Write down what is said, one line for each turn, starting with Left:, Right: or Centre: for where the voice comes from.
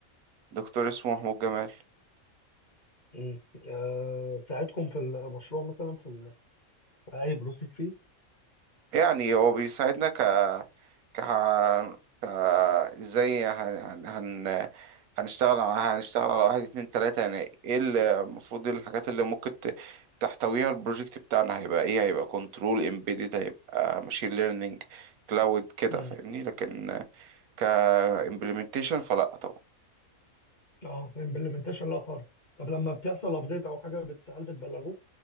Right: دكتور اسمه محمود جمال
Left: امم آه ساعدكم في المشروع مثلا في, ال... في اي بروسيس فيه؟
Right: يعني هو بيساعدنا ك ك ك ازاي هن... هن... هن... هنشتغل على هنشتغل على واحد اتنين تلاتة يعني ايه ال- المفروض ايه الحاجات اللي ممكن ت... تحتويها البروجكت بتاعنا هيبقى ايه هيبقى كنترول امبيدد هيبقى ماشين ليرنينج كلاود كده
Left: امم
Right: فاهمني لكن ك implementation فلا طبعا
Left: اه امبلمنتيشن لا خالص طب لما بتحصل ابديت او حاجه بت... هل بتبلغوه؟